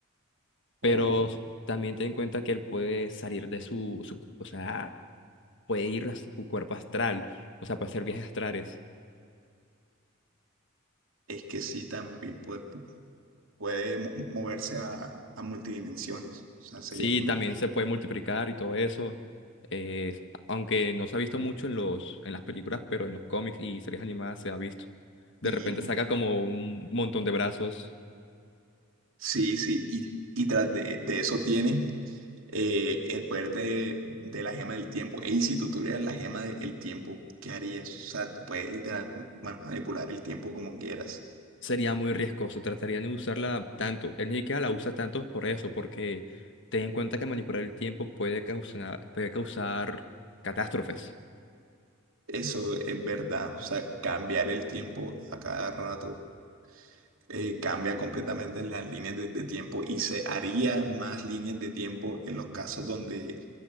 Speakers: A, on the right; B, on the left.
A: O
B: Pero s- también ten en cuenta que él puede salir de su, su- o sea, puede ir a su cuerpo astral, o sea, puede hacer viajes astrales.
A: es que sí, también puede, puede mo- moverse a, a multidimensiones. O sea, sería
B: Sí,
A: muy...
B: también se puede multiplicar y todo eso. eh, aunque no se ha visto mucho en los, en las películas, pero en los cómics y series animadas se ha visto. De
A: Y,
B: repente saca como un montón de brazos.
A: Sí, sí, y, y tras de, de eso tiene eh, el poder de, de la gema del tiempo. Ey, si tú tuvieras la gema del tiempo, ¿qué harías? O sea, tú puedes literal ma- manipular el tiempo como quieras.
B: Sería muy riesgoso. Trataría de no usarla tanto. Él ni siquiera la usa tanto por eso, porque ten en cuenta que manipular el tiempo puede causar, puede causar catástrofes.
A: Eso es verdad. O sea, cambiar el tiempo a cada rato eh, cambia completamente las líneas de, de tiempo y se haría más líneas de tiempo en los casos donde